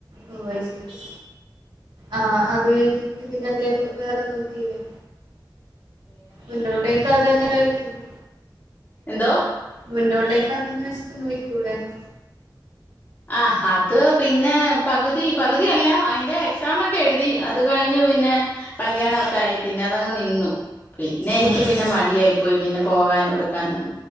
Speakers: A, on the right; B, on the left.
A: ഒ അതു ശരി ആ അതു കഴിഞ്ഞിട്ട് പിന്നെ എന്തേലും വേറെ നോക്കില്ലേ മുന്നോട്ടേക്ക് അത് എങ്ങനായി <inaudible> എന്തോ
B: എന്തോ
A: മുന്നോട്ടേ അദെന്നെ വെച്ചിട്ട് നോക്കിക്കൂടായിനോ
B: ആ അത് പിന്നെ പകുതി അല്ല അതിന്റെ എക്സ്സാം ഒക്കെ എഴുതി അത് കഴിഞ്ഞ് പിന്നെ കല്ല്യാണം
A: ഉം
B: ഒക്കെ ആയി പിന്നെ അതങ്ങ് നിന്നു പിന്നെ എനിക്ക്
A: ആഹ് ആഹ്
B: പിന്നെ മടിയായി പോയി പിന്നെ പോകാനും എടുക്കാനും